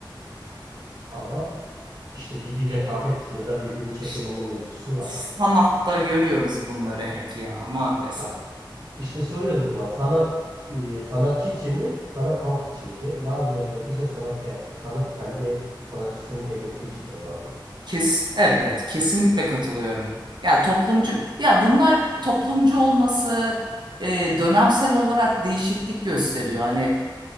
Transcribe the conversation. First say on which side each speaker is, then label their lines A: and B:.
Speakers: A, on the right (about 45°); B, on the right (about 60°).
A: Ama işte bir, bir rekabet ya da birbirini çekememe
B: işte
A: mevzusu var.
B: sanatta görüyoruz bunları hep ya maalesef.
A: Ha, İşte soruyoruz o zaman sanat e, sanatçı için mi, sanat halk için mi diye. Bazı yerlerde işte sanat, ken- sanat kendi sanatçısının egosu için de var oluyor.
B: Kes, evet kesinlikle katılıyorum. Ya toplumcu ya bunlar toplumcu olması e, dönemsel olarak değişiklik gösteriyor. Hani